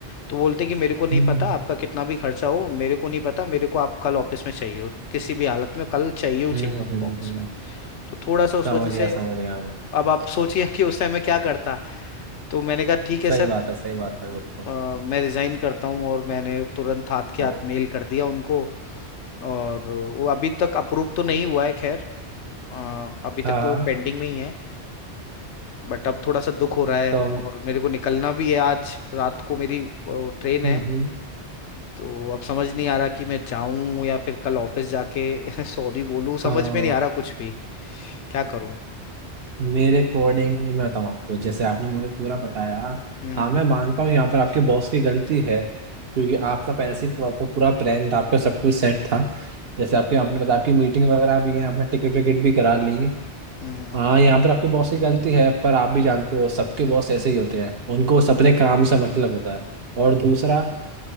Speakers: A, on the left; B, on the right.
A: तो बोलते कि मेरे को नहीं
B: हम्म,
A: पता आपका कितना भी खर्चा हो मेरे को नहीं पता मेरे को आप कल ऑफिस में चाहिए हो किसी भी हालत में कल चाहिए हो चाहिए
B: हम्म,
A: हो आप
B: हम्म,
A: ऑफिस
B: हम्म,
A: में तो थोड़ा सा उस
B: समझ
A: वजह
B: गया
A: से
B: समझ गया मैं
A: अब आप सोचिए कि उस टाइम मैं क्या करता तो मैंने कहा ठीक है
B: सही
A: सर
B: बात है सही बात है बिल्कुल
A: अ, मैं रिजाइन करता हूँ और मैंने तुरंत हाथ के
B: तो
A: हाथ मेल कर दिया उनको और वो अभी तक अप्रूव तो नहीं हुआ है खैर अ, अभी तक
B: हाँ
A: तो वो
B: हाँ,
A: पेंडिंग में ही है बट अब थोड़ा सा दुख हो रहा है
B: तो
A: और मेरे को निकलना भी है आज रात को मेरी ट्रेन
B: हम्म
A: है
B: हम्म,
A: तो अब समझ नहीं आ रहा कि मैं जाऊं या फिर कल ऑफिस जाके <laughs> सॉरी बोलूं
B: हाँ।
A: समझ में नहीं आ रहा कुछ भी क्या करूं
B: मेरे अकॉर्डिंग मैं बताऊँ आपको जैसे आपने मुझे पूरा बताया
A: हम्म
B: हाँ मैं मानता हूँ यहाँ पर आपकी बॉस की गलती है क्योंकि आपका पहले से प्रॉपर पूरा प्लान था आपका सब कुछ सेट था जैसे आपके आपने बताया आपकी मीटिंग वगैरह भी है आपने टिकट विकेट भी करा ली है
A: हम्म
B: हाँ यहाँ पर आपके बॉस की गलती है पर आप भी जानते हो सबके बॉस ऐसे ही होते हैं उनको सब अपने काम से मतलब होता है और दूसरा